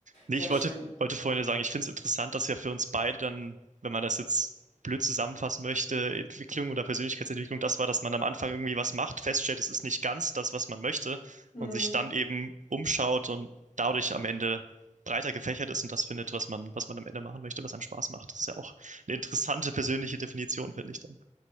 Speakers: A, on the right; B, on the left.
A: Nee,
B: Ja,
A: ich
B: schön.
A: wollte, wollte vorhin nur sagen, ich finde es interessant, dass ja für uns beide dann, wenn man das jetzt blöd zusammenfassen möchte, Entwicklung oder Persönlichkeitsentwicklung, das war, dass man am Anfang irgendwie was macht, feststellt, es ist nicht ganz das, was man möchte
B: Hm,
A: und sich dann eben umschaut und dadurch am Ende breiter gefächert ist und das findet, was man, was man am Ende machen möchte, was einem Spaß macht. Das ist ja auch eine interessante persönliche Definition, finde ich dann.